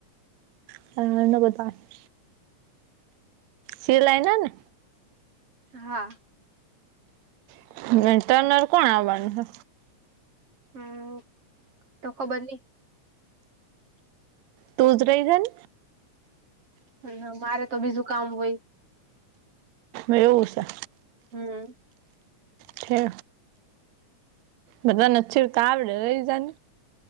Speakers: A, on the right; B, on the right.
A: <inaudible> સિલાઈ ના ને?
B: હા.
A: <unintelligible> કોણ આવવાનું હે?
B: હમ્મ, તો ખબર નહીં.
A: તું જ રહી જાન.
B: <unintelligible> મારે તો બીજું કામ હોય.
A: એવું સે.
B: હમ્મ.
A: ઠે. બધાઈને છેડતાં આવડે, રહી જાન.